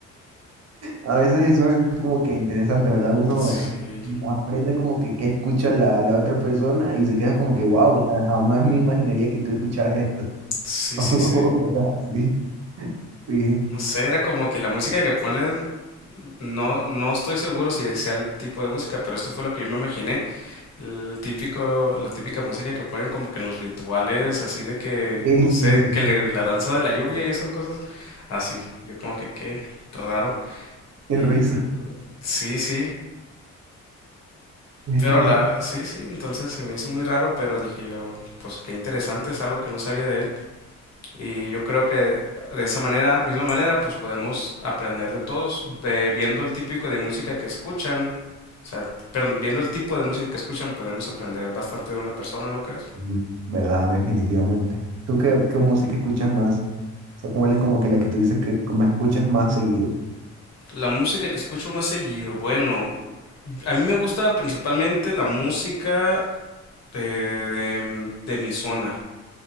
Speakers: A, on the right (about 60°); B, on the left (about 60°).
A: A veces eso es como que interesante, ¿verdad? Uno
B: Sí.
A: es- aprende como que qué escucha la, la otra persona y se queda como que, wow, jamás me imaginaría que tú escucharas esto.
B: Sí,
A: <laughs>
B: sí, sí.
A: O cosas así. Sí,
B: No sé, era como que la música que ponen, no, no estoy seguro si sea el tipo de música, pero esto fue lo que yo me imaginé. El típico, la típica música que ponen como que en los rituales, así de que,
A: sí,
B: no
A: sí,
B: sé,
A: sí.
B: que le- la danza de la lluvia y esas cosas. Así, yo como que qué raro.
A: Qué
B: Y
A: risa.
B: sí, sí,
A: <laughs>
B: pero la, sí, sí, entonces se me hizo muy raro, pero dije yo, pues qué interesante, es algo que no sabía de él. Y yo creo que de esa manera, misma manera, pues podemos aprender de todos, de- viendo el típico de música que escuchan, o sea, perdón, viendo el tipo de música que escuchan, podemos aprender bastante de una persona, ¿no crees?
A: Sí, ¿Verdad? Definitivamente. ¿Tú qué, qué música escuchas más? O sea, ¿cuál es como que la que tú dices que me escuchas más seguido?
B: La música que escucho más seguido, bueno, a mí me gusta principalmente la música de, de- de mi zona.